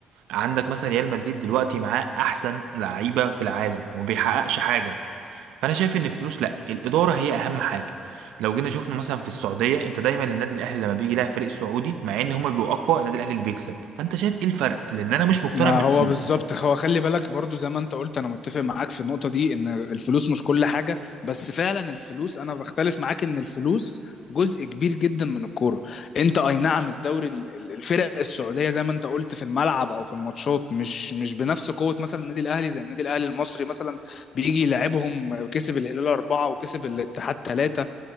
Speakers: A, on the right (about 75°); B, on the left (about 55°).
A: عندك مثلا ريال مدريد دلوقتي معاه احسن لعيبه في العالم وبيحققش حاجه فانا شايف ان الفلوس لا الاداره هي اهم حاجه لو جينا شفنا مثلا في السعوديه انت دايما النادي الاهلي لما بيجي يلاعب فريق سعودي مع ان هما بيبقوا اقوى النادي الاهلي اللي بيكسب فانت شايف ايه الفرق لان انا مش مقتنع
B: ما
A: بالفلوس
B: هو بالظبط هو خلي بالك برضو زي ما انت قلت انا متفق معاك في النقطة دي ان الفلوس مش كل حاجة بس فعلا الفلوس انا بختلف معاك ان الفلوس جزء كبير جدا من الكورة انت اي نعم الدوري ال- ال- الفرق السعودية زي ما انت قلت في الملعب او في الماتشات مش مش بنفس قوة مثلا النادي الاهلي زي النادي الاهلي المصري مثلا بيجي يلعبهم كسب الهلال أربعة وكسب الاتحاد ثلاثة